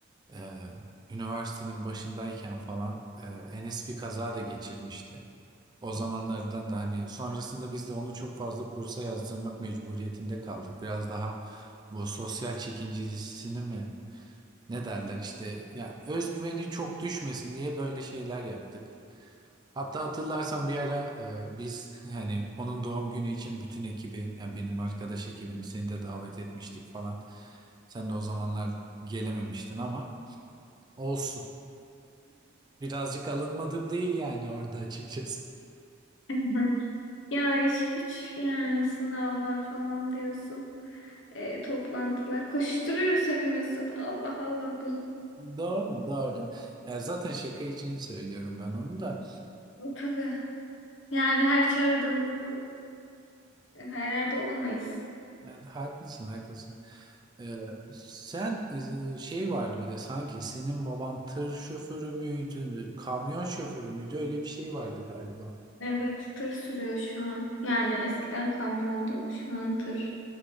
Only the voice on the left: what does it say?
<laughs> Ya iş güç yani sınavlar falan diyorsun. e, toplantılar. Koşturuyoruz hepimiz. Allah Allah bu,
bu tabii. Yani her çağırdığımızda e, her yerde olamayız.
Evet, tır sürüyor şu an. Yani eskiden kamyondu, şu an tır.